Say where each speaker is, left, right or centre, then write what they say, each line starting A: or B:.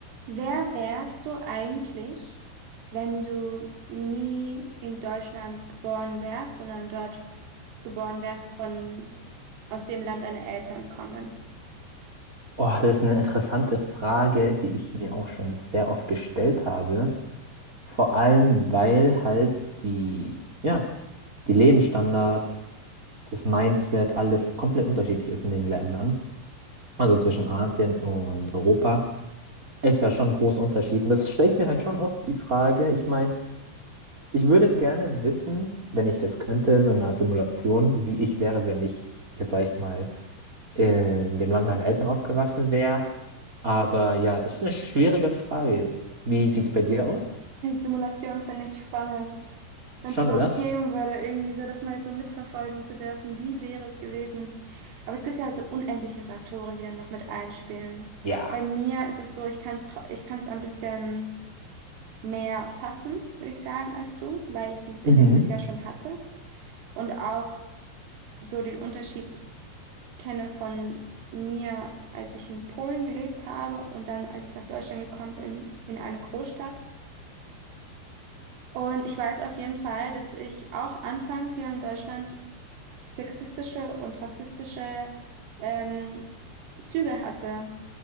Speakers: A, on the right; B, on the right.
A: Wer wärst du eigentlich, wenn du nie in Deutschland geboren wärst, sondern dort geboren wärst von aus dem Land deine Eltern kommen?
B: Oh, das ist eine interessante Frage, die ich mir auch schon sehr oft gestellt habe. Vor allem, weil halt die, ja, die Lebensstandards, das Mindset, alles komplett unterschiedlich ist in den Ländern. Also zwischen Asien und Europa ist ja schon ein großer Unterschied. Und das stelle ich mir halt schon oft die Frage. Ich meine, ich würde es gerne wissen, wenn ich das könnte, so in einer Simulation, wie ich wäre, wenn ich jetzt, sage ich mal, in dem Land meiner Eltern aufgewachsen wäre. Aber ja, ist eine schwierige Frage. Wie sieht's bei dir aus?
A: Die Simulation finde ich spannend. Wenn
B: Schon,
A: es sowas
B: oder?
A: geben würde, irgendwie so, das mal so mitverfolgen zu dürfen, wie wäre es gewesen? Aber es gibt ja halt so unendliche Faktoren, die dann noch mit einspielen.
B: Ja.
A: Bei mir ist es so, ich kann es ich kann es ein bisschen mehr fassen, würde ich sagen, als du, weil ich dieses Erlebnis
B: Mhm.
A: ja schon hatte. Und auch so den Unterschied kenne von mir, als ich in Polen gelebt habe und dann, als ich nach Deutschland gekommen bin, in eine Großstadt. Und ich weiß auf jeden Fall, dass ich auch anfangs hier in Deutschland sexistische und rassistische ähm, Züge hatte,